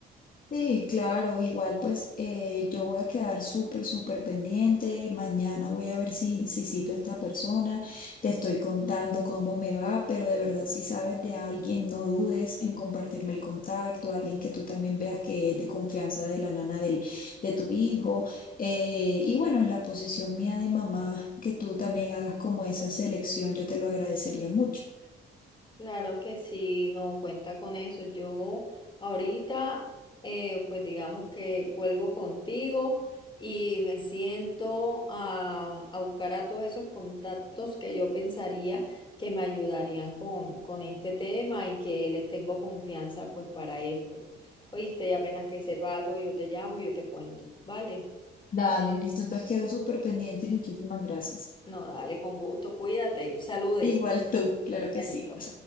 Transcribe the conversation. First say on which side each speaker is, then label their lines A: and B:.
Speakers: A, on the left; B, on the left.
A: Sí, claro, igual pues eh, yo voy a quedar súper, súper pendiente. Mañana voy a ver si, si cito a esta persona. Te estoy contando cómo me va, pero de verdad si sabes de alguien, no dudes en compartirme el contacto, alguien que tú también veas que es de confianza de la nana del, de tu hijo. Eh, y bueno, en la posición mía de mamá, que tú también hagas como esa selección, yo te lo agradecería mucho.
B: Claro que sí, no cuenta con eso. Yo ahorita, eh, pues digamos que cuelgo contigo y me siento a, a buscar a todos esos contactos que yo pensaría que me ayudarían con, con este tema y que les tengo confianza pues para esto. Oíste, y apenas que sepa algo, yo te llamo y yo te cuento. ¿Vale?
A: Dale, listo, entonces quedo súper pendiente y muchísimas gracias.
B: No, dale, con gusto. Cuídate. Saludes.
A: Igual tú, claro que
B: Nayito.
A: sí.